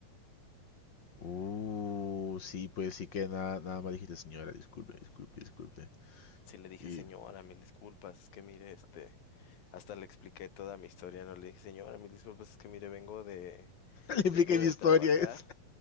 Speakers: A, on the left; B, on the left.
A: Uh, sí, pues sí que nada, nada más dijiste, señora, disculpe, disculpe, disculpe.
B: Sí le dije,
A: Y
B: señora,
A: <laughs>
B: mil disculpas, es que mire, este, hasta le expliqué toda mi historia, no le dije, señora, mil disculpas, es que mire, vengo de
A: le expliqué
B: Vengo
A: mi
B: de
A: historia
B: trabajar,
A: esa.